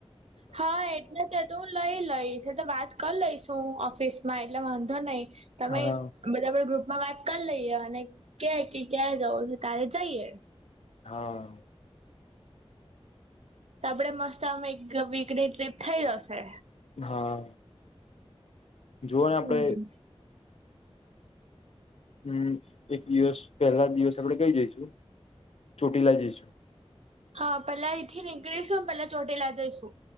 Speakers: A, on the right; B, on the left.
A: હા એટલે તો તો હું લઈ લઈશ તો વાત કરી લઈશું ઓફિસમાં એટલે વાંધો નહી તમે
B: હા
A: બધા ગ્રુપ માં વાત કરી લઈએ અને કેય કે ક્યાંરે જવું છ તારે જઈએ.
B: હા
A: તો આપડે, મસ્ત આમાં એક વીકની ટ્રીપ થઈ જશે.
B: હા જોઓને
A: હમ
B: આપડે હમ, એક દિવસ પહેલા દિવસ આપણેે કઈ જઈશું ચોટીલા જઈશુ
A: હા, પેલા અય થી નીકળીશું અને પેલા ચોટેલા જઈશુ